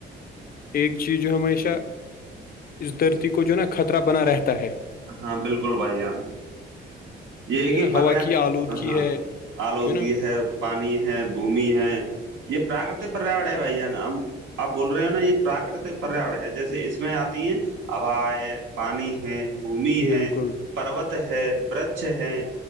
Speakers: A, on the left; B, on the right.
A: ایک چیز جو ہمیشہ اس دھرتی کو جو ہے نا خطرہ بنا رہتا ہے
B: ہاں بالکل بھائی جان یہ ایک
A: جو ہے
B: ہی
A: نا ہوا
B: پر
A: کی آلودگی
B: ہاں
A: ہے
B: آلودگی
A: جو نا
B: ہے پانی ہے بھمی ہے یہ پراکرت پر رہ رہا ہے بھائی جان ہم آپ بول رہے ہو نا یہ پراکرتک پریاور ہے جیسے اس میں آتی ہیں ہبا ہے پانی ہے بھومی
A: بالکل
B: ہے پروت ہے برچ ہے